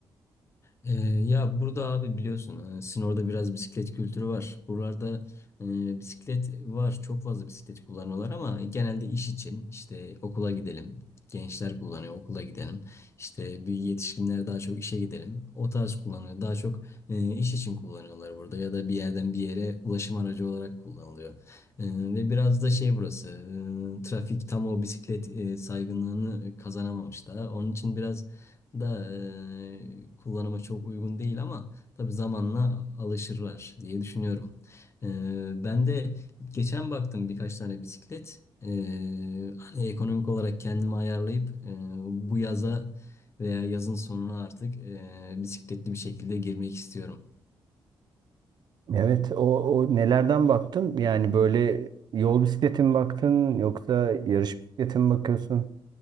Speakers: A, on the left; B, on the right.
A: Ee, ya burada abi biliyorsun e, Sinor'da biraz bisiklet kültürü var. Buralarda e, bisiklet var. Çok fazla bisiklet kullanıyorlar ama genelde iş için işte okula gidelim. Gençler kullanıyor okula gidelim. İşte bir yetişkinler daha çok işe gidelim. O tarz kullanıyor. Daha çok e, iş için kullanıyorlar burada ya da bir yerden bir yere ulaşım aracı olarak kullanılıyor. E, ve biraz da şey burası e, trafik tam o bisiklet e, saygınlığını e, kazanamamış daha. Onun için biraz da e, kullanıma çok uygun değil ama tabii zamanla alışırlar diye düşünüyorum. E, ben de geçen baktım birkaç tane bisiklet. E, hani ekonomik olarak kendimi ayarlayıp e, bu yaza veya yazın sonuna artık e, bisikletli bir şekilde girmek istiyorum.
B: Evet, o, o nelerden baktın? Yani böyle yol bisikleti mi baktın yoksa yarış bisikleti mi bakıyorsun?